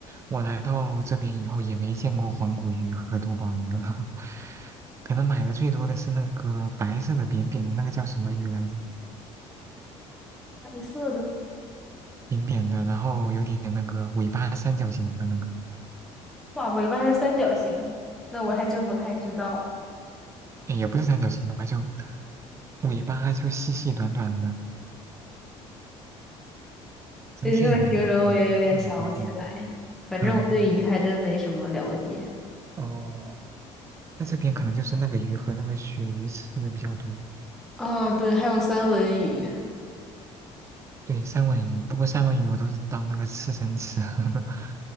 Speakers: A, on the right (about 25°); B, in the centre.
A: 我来到这边以后也没见过黄骨鱼和多宝鱼了，<laughs> 可能买的最多的是那个白色的扁扁的那个叫什么鱼来着？
B: 白色的，
A: 扁扁的，然后有点那个尾巴三角形的那个，
B: 哇，尾巴还是三角形，那我还真不太知道。
A: 诶也不是三角形吧，就尾巴就细细短短的，整体很圆的，
B: 你这么形容，我也有点想不起来。
A: 白色的扁扁的。
B: 反正我对鱼还真没什么了解。
A: 嗯，哦，在这边可能就是那个鱼和那个鳕鱼吃的比较多，
B: 啊，对，还有三文鱼。
A: 对，三文鱼。不过三文鱼我都是当那个刺身吃。<laughs>